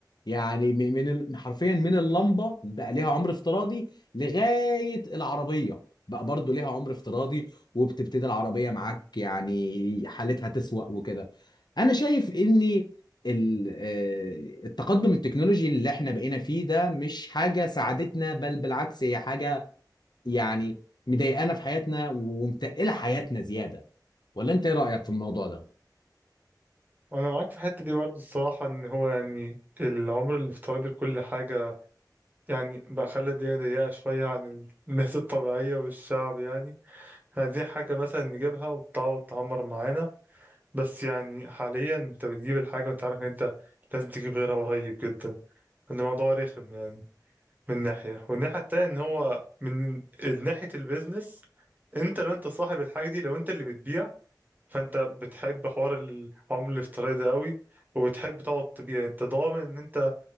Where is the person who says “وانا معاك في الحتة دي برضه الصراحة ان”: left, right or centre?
Right